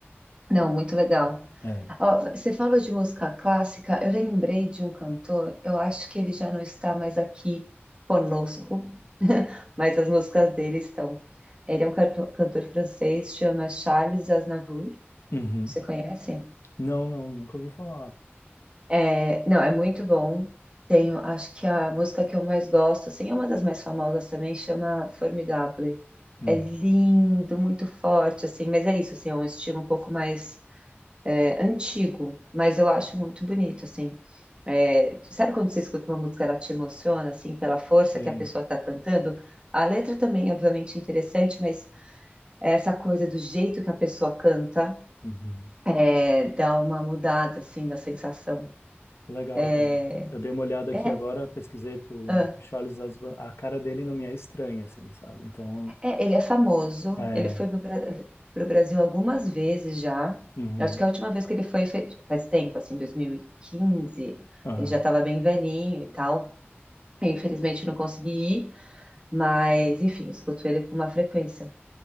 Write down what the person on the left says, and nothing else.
é.
Uhum.
Não, não, nunca ouvi falar.
Hum,
Sim.
Uhum.
Que legal,
cara. Eu dei uma olhada
aqui agora, pesquisei pro
Charles Aznavour. A cara dele não me é estranha, assim, sabe? Então,
é.
Uhum.
Aham.